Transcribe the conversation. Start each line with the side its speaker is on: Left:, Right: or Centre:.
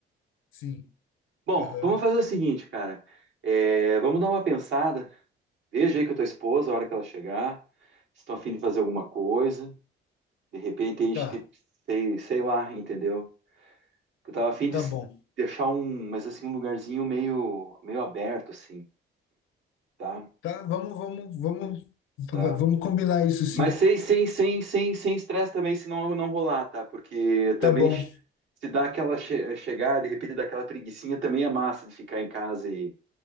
Left: Sim.
Right: Bom,
Left: Aham.
Right: vamos fazer o seguinte, cara. É, vamos dar uma pensada. Veja aí com a tua esposa a hora que ela chegar, se estão afim de fazer alguma coisa. De repente, aí, a
Left: Tá,
Right: gente, sei, sei lá, entendeu? Eu tava afim de
Left: tá
Right: s-
Left: bom.
Right: deixar um, mas assim, um lugarzinho meio, meio aberto, assim, tá?
Left: Tá, vamos, vamos, vamos,
Right: Tá.
Left: vamos combinar isso sim.
Right: Mas sem, sem, sem, sem, sem estresse também, se não, não rolar, tá? Porque também
Left: Tá bom,
Right: che- se dá aquela che chegar, de repente, daquela preguicinha, também é massa de ficar em casa e,